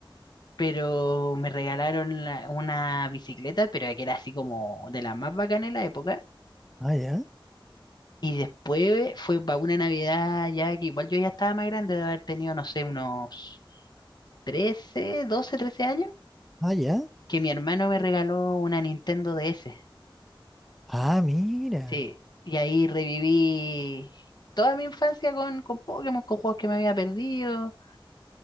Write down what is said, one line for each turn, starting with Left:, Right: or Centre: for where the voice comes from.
Left: pero me regalaron la- una bicicleta, pero que era así como de las más bacanas en la época.
Centre: Ah, ya,
Left: Y después fue para una Navidad ya que igual yo ya estaba más grande de haber tenido, no sé, unos 13 12 13 años,
Centre: ah, ya.
Left: que mi hermano me regaló una Nintendo DS.
Centre: Ah, mira,
Left: Sí, y ahí reviví toda mi infancia con, con Pokémon, con juegos que me había perdido.